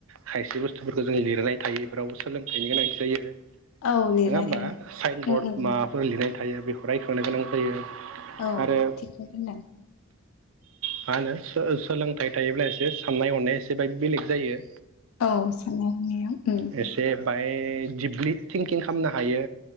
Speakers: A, on the right; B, on the left.
A: खायसे बुस्थुफोरखो जों लिरनाय थायोबा फोरावबो सोलोंथाइनि गोनांथि जायो नोङा
B: औ लिरनाय
A: होमबा
B: थायो
A: साइन बर्ड
B: उम उम
A: माफोर लिरनाय थायो बेखौ रायखांनो गोनां जायो।
B: औ
A: आरो
B: थिगखौनो होनदों।
A: मा होनो सो-सो सोलोंथाइ थायोब्ला एसे साननाय हनाया एसे बेलेग जायो।
B: औ साननाय हनाया उम
A: एसे बाय दिपलि थिंकिं खामनो हायो